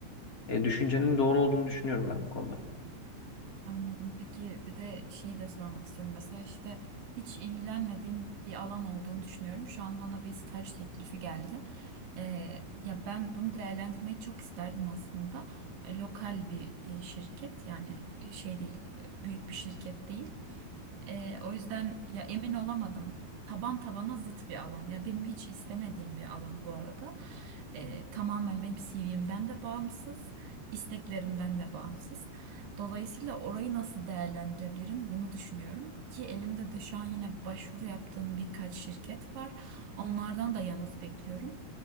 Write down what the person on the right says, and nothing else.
Anladım. Peki bir de şeyi de sormak istiyorum. Mesela işte hiç ilgilenmediğim bir alan olduğunu düşünüyorum. Şu an bana bir staj teklifi geldi. Ee, ya ben bunu değerlendirmeyi çok isterdim aslında. E, lokal bir e, şirket yani e, şey değil, e, büyük bir şirket değil. Ee, o yüzden ya emin olamadım. Taban tabana zıt bir alan. Ya benim hiç istemediğim bir alan bu arada. Ee, tamamen benim CV'mden de bağımsız, isteklerimden de bağımsız. Dolayısıyla orayı nasıl değerlendirebilirim bunu düşünüyorum. Ki elimde de şu an yine başvuru yaptığım birkaç şirket var. Onlardan da yanıt bekliyorum.